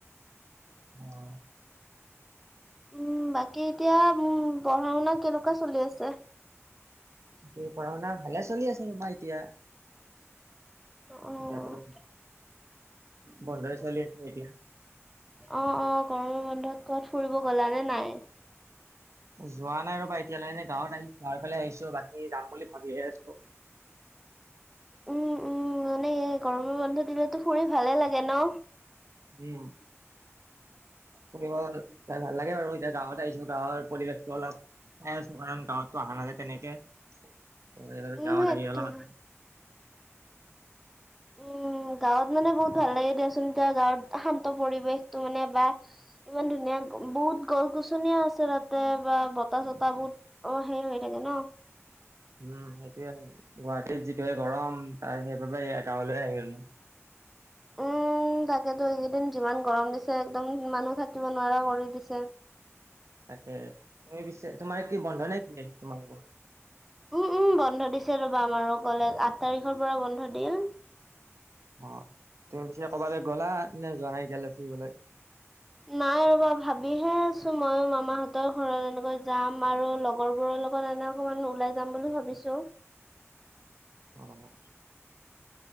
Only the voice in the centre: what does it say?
উম বাকী এতিয়া উম পঢ়া শুনা কেনেকুৱা চলি আছে?
অ',
অঁ অঁ গৰমৰ বন্ধত ক'ত ফুৰিব গলা নে নাই?
উম উম মানে গৰমৰ বন্ধ দিলেতো ফুৰি ভালে লাগে ন?
উম,
সেইটো
উম গাঁৱত মানে বহুত ভাল লাগে দিয়াচোন, এতিয়া গাঁৱত শান্ত পৰিৱেশটো মানে বা- ইমান ধুনীয়া বহুত গছ গছনিও আছে তাতে, বা বতাহ চতাহ বহুত- অঁ সেই হয় থাকে ন।
উম তাকেতো এইকেইদিন যিমান গৰম দিছে একদম মানুহ থাকিব নোৱাৰা কৰি দিছে।
উম উম বন্ধ দিছে ৰ'বা আমাৰো কলেজ, আঠ তাৰিখৰ পৰা বন্ধ দিলে।
নাই ৰবা ভাবিহে আছো ময়ো মামাহঁতৰ ঘৰত এনেকৈ যাম আৰু লগৰ বোৰৰ লগত- ণে অকমান ওলাই যাম বুলি ভাবিছো।